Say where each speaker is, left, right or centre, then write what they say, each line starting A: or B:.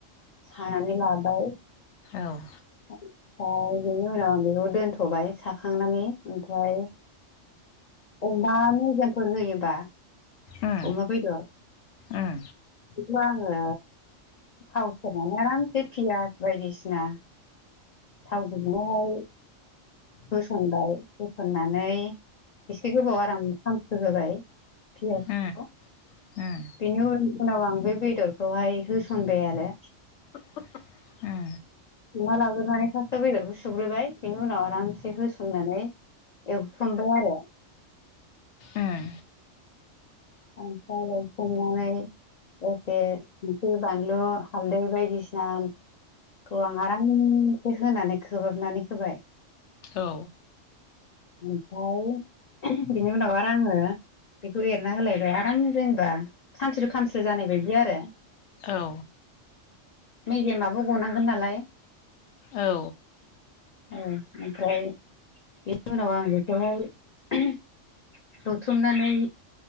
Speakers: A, on the left (about 45°); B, on the left (about 70°).
A: सानानै लाबाय।
B: औ
A: ओमफ्राय बेनि उनाव आं बेखौ दोनथ'बाय साखांनानै ओमफ्राय अमा मेजेमफोर होयोबा
B: उम
A: अमा बेदर
B: उम
A: बेखौ आङो थाव सेरनानै आरामसे पियास बायदिसिना थाव गुदुंआव होसनबाय होसननानै एसे गोबव आराम खामस्रोहोबाय पियासखौ
B: उम उम
A: बेनि उन उनाव आं बे बेदरखौहाय होसनबाय आरो
B: <inaudible>
A: सुना लाग्रोनानै फार्स्टआव बेदरखौ सग्रोबाय बिनि उनाव आरामसे होसननानै एवथुमबाय आरो
B: उम
A: ओमफ्राय एवत्रमनानै एखे संख्रि बानलु हालदै बायदिसिना खौ आं आरामसे होनानै खोबहाबनानै होबाय
B: औ
A: ओमफ्राय बिनि उनाव आरो आङो बेखौ एरना होलाय बाय आराम जेनेबा खामस्रो खामस्रो जानाय बायदि आरो।
B: औ
A: मेजेमाबो गनांगोन नालाय
B: औ
A: औ ओमफ्राय बेनि उनाव आं बेखौहाय एवत्रमनानै